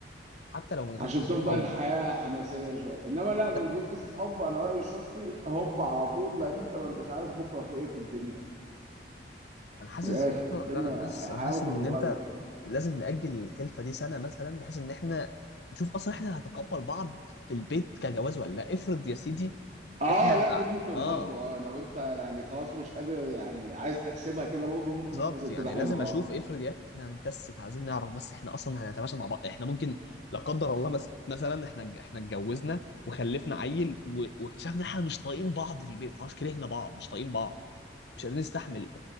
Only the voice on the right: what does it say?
عشان
تفضل
الحياة حماسية شوية انما لا
من غير قصة حب انا رأيي الشخصي هوب على طول لان انت ما انتش عارف بكرة في ايه في الدنيا
من الاخر
الدنيا
الحياة
ممكن
تتغير
اه
لا
دي ممكن
برضه اه لو انت يعني خلاص مش قادر يعني عايز تحسبها كده برضه ممكن
تتحسب
كده حلو
اه